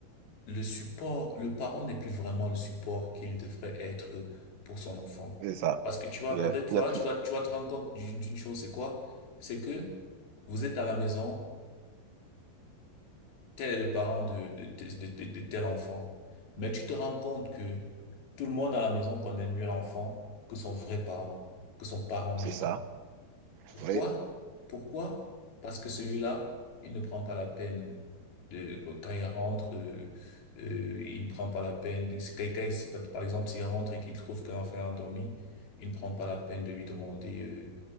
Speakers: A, on the left (about 60°); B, on the right (about 80°).
A: le support, le parent n'est plus vraiment le support qu'il devrait être pour son enfant.
B: c'est ça.
A: Parce que tu vas
B: Il
A: peut-être,
B: y a, il
A: voilà,
B: y a plus.
A: tu vas, tu vas te rendre compte d'une d'une chose, c'est quoi? C'est que vous êtes à la maison, tel est le parent de, de, de, de- de de tel enfant. Mais tu te rends compte que tout le monde à la maison connaît mieux l'enfant que son vrai parent, que son parent même.
B: C'est ça,
A: Pourquoi?
B: oui,
A: Pourquoi? Parce que celui-là, il ne prend pas la peine de, quand il rentre, euh, euh, il ne prend pas la peine, quelqu'un, si- par exemple, s'il rentre et qu'il trouve qu'un enfant est endormi, il ne prend pas la peine de lui demander, euh,